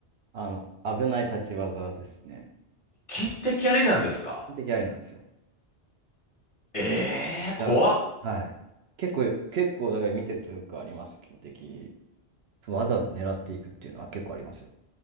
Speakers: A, on the right; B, on the left.
A: あの、危ない立ち技ですね。
B: 金的ありなんですか
A: 金的ありなんですよ。
B: ええー、
A: じゃあ、
B: 怖っ。
A: はい。結構よ、結構、だから見てるとよくありますよ、金的。わざわざ狙っていくっていうのは結構ありますよ。